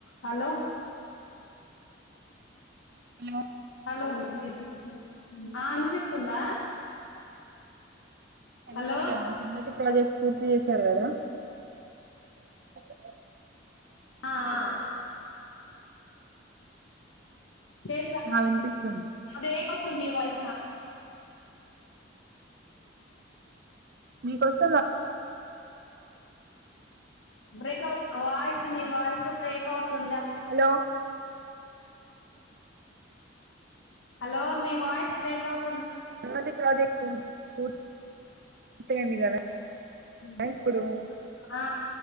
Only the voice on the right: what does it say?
hello
సమతి
ఆ సన్మతి ప్రాజెక్ట్ పూర్తి చేసారు కదా <inaudible>
ఆ వినిపిస్తుంది
మీ కోస్తు <inaudible>
హలో
ఎటువంటి ప్రాజెక్ట్ అయిపొయింది కదా
ఇప్పుడు